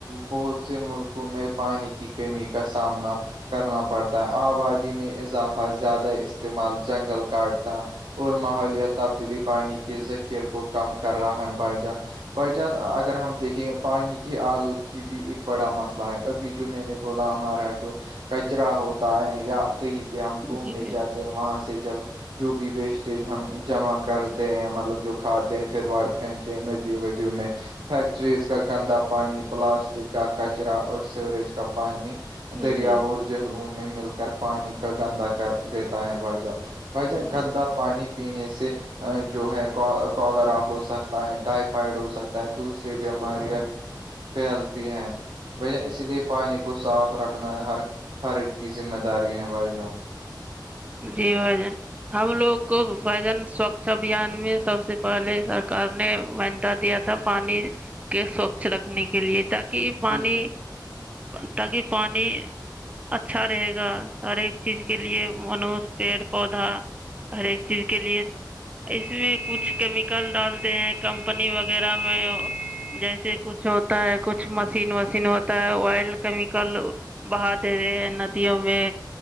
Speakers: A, on the right; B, on the right.
A: بہت سے ملکوں میں پانی کی کمی کا سامنا کرنا پڑتا ہے آبادی میں اضافہ زیادہ استعمال جنگل کاٹتا اور ماحولیا تبدیلی پانی کے ذخیر کو کم کر رہا ہے بھائی جان بھائی جان اگر ہم دیکھیں پانی کی آلودگ بھی ایک بڑا مسئلہ ہے ابھی جو میں نے بولا ہمارا جو کچرا ہوتا ہے یا کہیں پہ ہم گھومنے
B: جی
A: جاتے وہاں سے جب جو بھی ویسٹیج ہم جمع کرتے ہیں مطلب جو کھاتے ہیں پھر ب پھینکتے ہیں ندیوں ودیوں میں فیکٹریز کا گندا پانی پلاسٹک کا کچرا اور سیوریج کا پانی دریاؤں
B: جی
A: اور جہلوں میں مل کر پانی کا گندا کر دیتا ہے بائجا بائی ج
B: جی
A: گندا پانی پینے سے جو ہے کالرا ہو سکتا ہے ٹائفائڈ ہو سکتا ہے دوسرے بیماریاں پھیلتی ہیں بھائی جان اسی لیے پانی کو صاف رکھنا ہر فرد کی ذمہ داری ہے بھائی جان
B: جی ہجن ہم لوگ کو وجن سوھ چھبان میں سب سے پہلے سرکار نے وندا دیا تھا پانی کے سوچھ رکھنے کے لیے تاکہ یہ پانی
A: بالکل
B: تاکہ پانی اچھا رہے گا ہر ایک چیز کے لیے منوس پیڑ پودا ہر ایک چیز کے لیے اس میں کچھ کیمیکل ڈالتے ہیں کمپنی وغیرہ میں جیسے کچھ ہوتا ہے کچھ مشین وشین ہوتا ہے آئل کیمیکل بہا دے رہے ہیں ندیوں میں